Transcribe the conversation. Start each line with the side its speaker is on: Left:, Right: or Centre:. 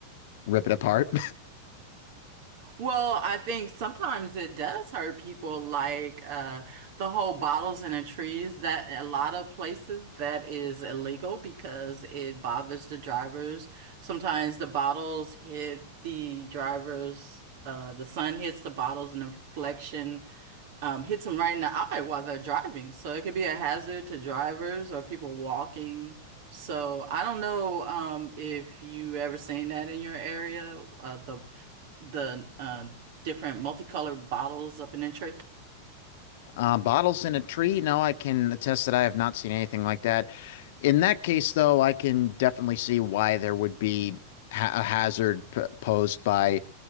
Left: rip it apart.
Right: Well, I think sometimes it does hurt people, like uh, the whole bottles in the trees. That a lot of places that is illegal because it bothers the drivers. Sometimes the bottles hit the drivers. Uh, the sun hits the bottles and the reflection um, hits them right in the eye while they're driving. So it could be a hazard to drivers or people walking. So I don't know um, if you ever seen that in your area, uh, the the uh, different multicolored bottles up in the tree.
Left: Uh, bottles in a tree? No, I can attest that I have not seen anything like that. In that case, though, I can definitely see why there would be ha a hazard p posed by,